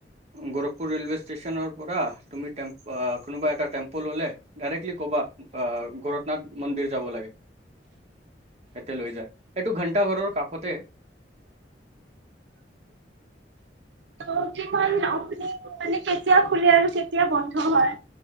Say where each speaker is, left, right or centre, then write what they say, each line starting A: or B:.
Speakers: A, on the right (about 40°); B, on the right (about 85°).
A: গোৰখপুৰ ৰেলৱে ষ্টেচনৰ পৰা তুমিট কোনোবা এটা টেম্প' ল'লে ডাইৰেক্টলি ক'বা ভৰতনাথ মন্দিৰ যাব লাগে। এতে লৈ যায় এইটো ঘন্টা ঘৰৰ কাষতে
B: ত কিমান অপনি মানে কেতিয়া খুলি আৰু কেতিয়া বন্ধ হয়